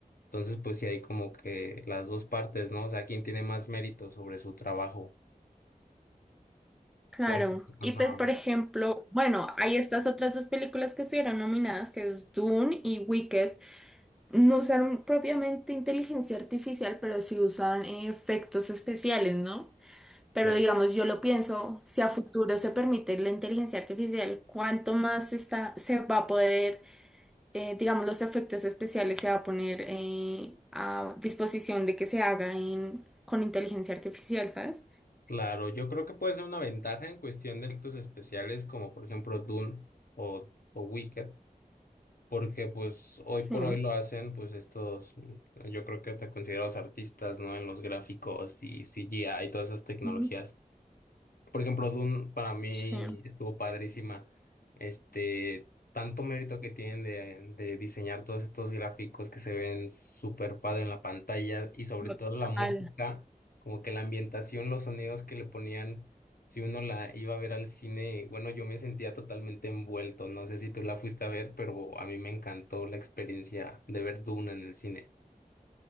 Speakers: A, on the left; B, in the centre.
A: Entonces, pues sí hay como que las dos partes, ¿no? O sea, quién tiene más mérito sobre su trabajo.
B: Claro,
A: Por ejemplo, ajá.
B: y pues por ejemplo, bueno, hay estas otras dos películas que estuvieron nominadas, que es Dune y Wicked, No usaron propiamente inteligencia artificial, pero sí usan eh, efectos especiales, ¿no? Pero
A: eh,
B: digamos, yo lo pienso, si a futuro se permite la inteligencia artificial, ¿cuánto más está, se va a poder, eh, digamos, los efectos especiales se va a poner eh, a disposición de que se haga en- con inteligencia artificial, ¿sabes?
A: Claro, yo creo que puede ser una ventaja en cuestión de efectos especiales, como por ejemplo Dune o, o Wicked. porque pues hoy
B: Sí.
A: por hoy lo hacen pues estos, yo creo que hasta considerados artistas, ¿no? En los gráficos y CGI y todas esas tecnologías.
B: Ujú.
A: Por ejemplo, Dune para mí
B: Sí.
A: estuvo padrísima. Este, tanto mérito que tienen de, de diseñar todos estos gráficos que se ven súper padre en la pantalla y sobre
B: Total.
A: todo la música, como que la ambientación, los sonidos que le ponían, si uno la iba a ver al cine, bueno, yo me sentía totalmente envuelto. No sé si tú la fuiste a ver, pero a mí me encantó la experiencia de ver Dune en el cine.